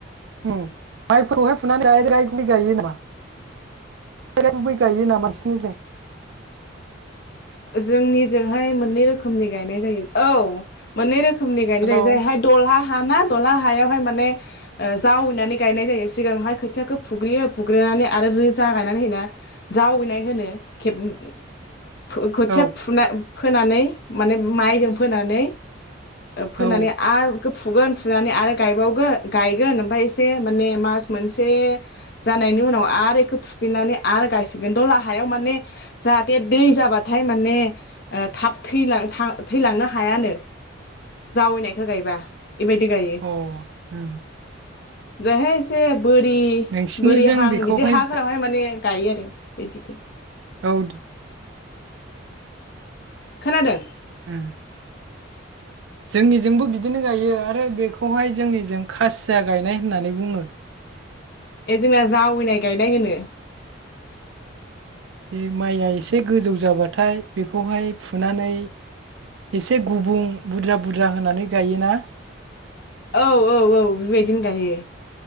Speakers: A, on the right; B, on the left.
A: माइफोरखौहाय फुनानै डायरेक्ट आइ गायो नामा गै गायो ना बांसिनि जों <unintelligible>
B: जोंनिजोंहाय मोननै रोखोम गनाय जायो औ मोनै रोखोम रोखोमनि गायनाय
A: हेलौ
B: जायो जायहा दलहा हाना दला हायावहाय माने जावैनानै गायनाय जायो सिगांहाय खोथियाखौ फुग्रियो फुग्रोननानै आरो रोजा गायनानै होनाा जावैनाय होनो खेबनै खोथिया
A: औ
B: फुना <unintelligible> फोनानै माने माइजों फोनानै फोनानै
A: औ
B: आरो फुगोन फुनानै आरो गायबावगोन गायगोन ओमफ्राय इसे माने मास मोनसे जानायनि उनाव आरो बिखौ फुफिननानै गायफिनगोन दला हायाव माने जाहाथे दै जाबाथाय हाथाय माने ओ थाब थैलांनो हायानो जावैनायखौ गायबा बेबायदि गायो
A: औ अ
B: जायहाय से बोरि
A: नोंसिनिजों
B: बोरि हां
A: बेखौहाय
B: बिदि हाफोरावहाय माने गायो आरो बिदिखो
A: औ दे
B: खोनादों
A: ओ जोंनिजोंबो बिदिनो गायो आरो बेखौहाय जोंनिजों खासिया गायनाय होननानै बुङो।
B: ए जोंना जावैनाय गायनाय होनो
A: बे माइया एसे गोजौ जाबाथाय बेखौहाय फुनानै एसे गुबुं बुरजा बुरजा होनानै गायोना?
B: औ औ औ बेबायदिनो गायो